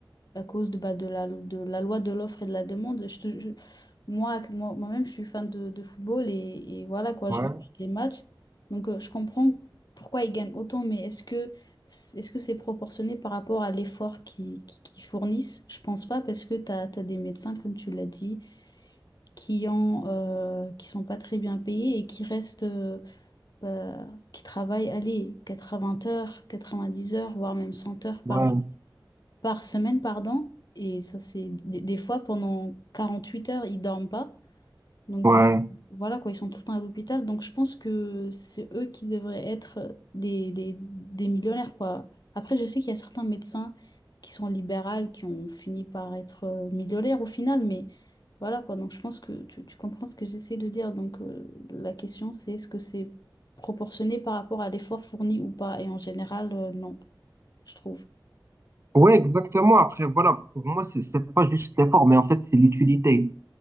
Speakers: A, on the left (about 55°); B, on the right (about 35°).
A: à cause de, bah, de la, de la loi de l'offre et de la demande. Je, te- je- moi, que moi, moi-même, je suis fan de, de football et, et voilà quoi, je
B: ouais,
A: regarde les matchs. Donc, euh, je comprends pourquoi ils gagnent autant, mais est-ce que c'est- est-ce que c'est proportionné par rapport à l'effort qu'ils qui- qu'ils fournissent? Je pense pas parce que tu as, des médecins, comme tu l'as dit, qui ont, euh, qui sont pas très bien payés et qui restent, euh, bah, qui travaillent, allez, 80 heures, 90 heures, voire même 100 heures par,
B: ouais,
A: par semaine, pardon. Et ça, c'est des, des fois pendant 48 heures, ils dorment pas. Donc
B: ouais.
A: euh, voilà quoi, ils sont tout le temps à l'hôpital. Donc je pense que c'est eux qui devraient être des, des, des millionnaires quoi. Après, je sais qu'il y a certains médecins qui sont libéraux, qui ont fini par être euh, millionnaires au final, mais voilà quoi. Donc je pense que tu, tu comprends ce que j'essaie de dire. Donc euh, la question c'est est-ce que c'est proportionné par rapport à l'effort fourni ou pas? Et en général, euh, non, je trouve.
B: Ouais, exactement. Après, voilà, pour moi, c'est c'est pas juste l'effort, mais en fait, c'est l'utilité.